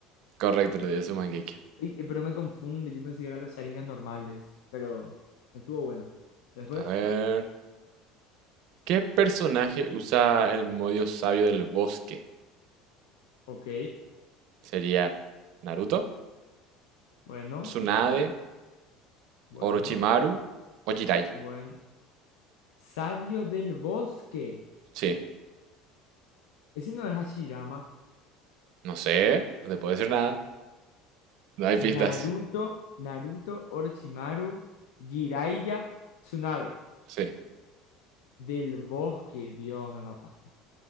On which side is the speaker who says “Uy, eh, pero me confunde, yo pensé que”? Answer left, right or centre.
Left